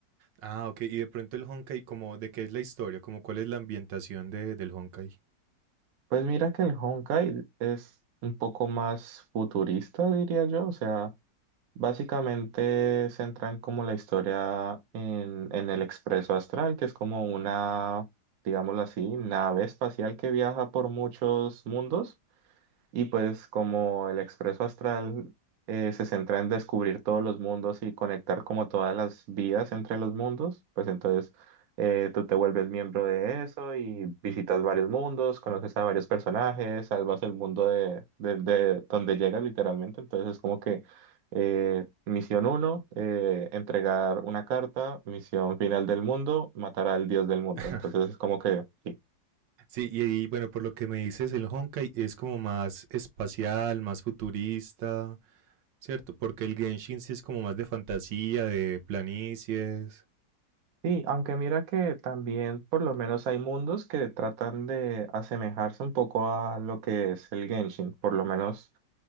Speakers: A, on the right; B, on the right.
A: Ah, ok, y de pronto el Honkai, como de qué es la historia, como cuál es la ambientación de, del Honkai.
B: Pues mira que el Honkai es un poco más futurista, diría yo. O sea, básicamente centran como la historia en, en el Expreso Astral, que es como una, digámoslo así, nave espacial que viaja por muchos mundos. Y pues como el expreso astral eh, se centra en descubrir todos los mundos y conectar como todas las vías entre los mundos, pues entonces eh, tú te vuelves miembro de eso y visitas varios mundos, conoces a varios personajes, salvas el mundo de, de- de donde llegas literalmente. Entonces es como que eh, misión 1, entregar una carta, misión final del mundo, matar al dios del mundo.
A: <laughs>
B: Entonces es como que... sí,
A: Sí, y, ahí, bueno, por lo que me dices, el Honkai es como más espacial, más futurista, ¿cierto? Porque el Genshin sí es como más de fantasía, de planicies.
B: Sí, aunque mira que también por lo menos hay mundos que tratan de asemejarse un poco a lo que es el Genshin. Por lo menos